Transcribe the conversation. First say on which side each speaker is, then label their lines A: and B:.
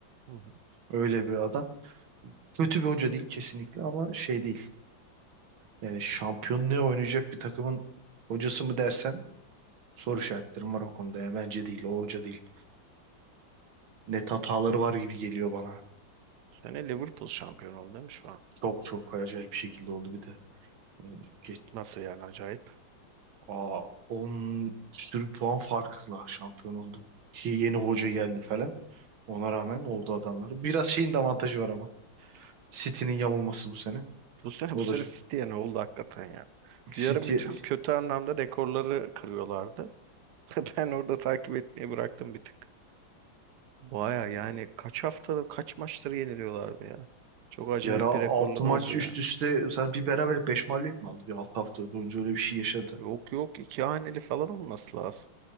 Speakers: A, on the right; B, on the right.
A: Hı hı. Bu
B: Öyle bir adam. Kötü bir hoca değil kesinlikle ama şey değil. Yani şampiyonluğa oynayacak bir takımın hocası mı dersen soru işaretlerim var o konuda. Yani bence değil, o hoca değil. Net hataları var gibi geliyor bana.
A: Sene Liverpool şampiyon oldu değil mi şu an?
B: Çok çok acayip bir şekilde oldu bir de. Yani geç,
A: Nasıl yani acayip.
B: aa, 10 sürü puan farkla şampiyon oldu. Ki yeni hoca
A: Hmm.
B: geldi falan. Ona rağmen oldu adamları. Biraz şeyin de avantajı var ama. City'nin yamulması bu sene.
A: Bu sene
B: O
A: bu sene
B: da
A: City'ye ne oldu hakikaten ya.
B: City
A: Bir ara bütün kötü anlamda rekorları kırıyorlardı. <laughs> Ben orada takip etmeyi bıraktım bir tık. Baya yani kaç haftada kaç maçları yeniliyorlardı ya. Çok acayip
B: Yara 6
A: bir rekorları
B: maç
A: oldu yani.
B: üst üste sen bir beraberlik 5 mağlubiyet mi aldı? Bir 6 hafta boyunca öyle bir şey yaşadı.
A: Yok yok iki haneli falan olması lazım.